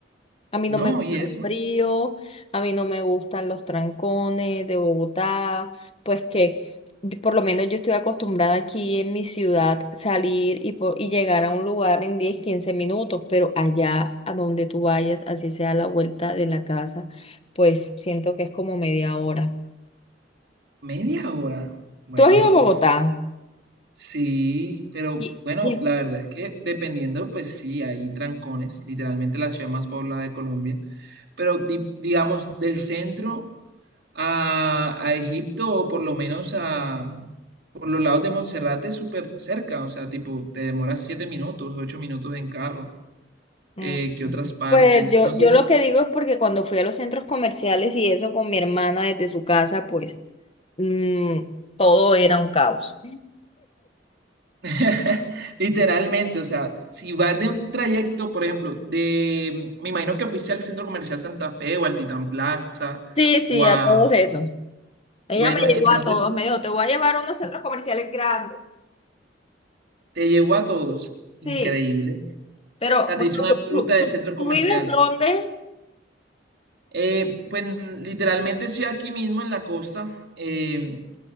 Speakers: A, on the left; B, on the right.
A: A mí
B: no,
A: no me gusta
B: y eso,
A: el frío, a mí no me gustan los trancones de Bogotá, pues que yo- por lo menos yo estoy acostumbrada aquí en mi ciudad salir y, po- y llegar a un lugar en 10 15 minutos, pero allá a donde tú vayas, así sea la vuelta de la casa, pues siento que es como media hora.
B: media hora, bueno,
A: ¿Tú has ido a Bogotá?
B: uff. Sí, pero
A: Y,
B: bueno,
A: y-
B: la verdad es que dependiendo, pues sí, hay trancones, literalmente la ciudad más poblada de Colombia, pero di- digamos del centro a, a Egipto o por lo menos a por los lados de Monserrate es súper cerca, o sea, tipo te demoras siete minutos, ocho minutos en carro,
A: Mm.
B: eh, que otras partes,
A: Pues yo,
B: no sé
A: yo lo que digo es porque cuando fui a los centros comerciales y eso con mi hermana desde su casa, pues mm, todo era un caos.
B: <laughs> Literalmente, o sea, si vas de un trayecto, por ejemplo, de, me imagino que fuiste al Centro Comercial Santa Fe o al Titán Plaza
A: Sí, sí,
B: o
A: a
B: a,
A: todos eso. Ella
B: bueno,
A: me
B: entonces
A: llevó a todos, me dijo, te voy a llevar a unos centros comerciales grandes.
B: te llevó a todos,
A: Sí,
B: increíble. O
A: pero
B: sea,
A: bueno,
B: te hizo una
A: ¿tú,
B: ruta
A: tú,
B: de centros
A: tú-
B: comerciales.
A: tú vives dónde?
B: Eh, pues literalmente estoy aquí mismo en la costa. Eh,